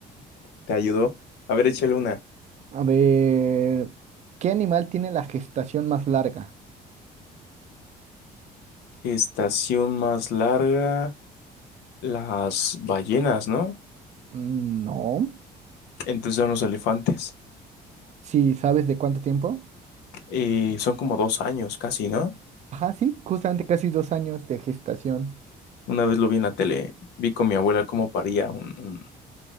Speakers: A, on the left; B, on the right.
A: Te ayudó. A ver, échale una.
B: A ver, ¿qué animal tiene la gestación más larga?
A: Estación más larga, las ballenas, ¿no?
B: Mm, No.
A: Entonces son los elefantes.
B: Si sabes de cuánto tiempo?
A: Eh, son como dos años casi, ¿no?
B: Ajá, sí, justamente casi dos años de gestación.
A: Una vez lo vi en la tele, vi con mi abuela cómo paría un, un-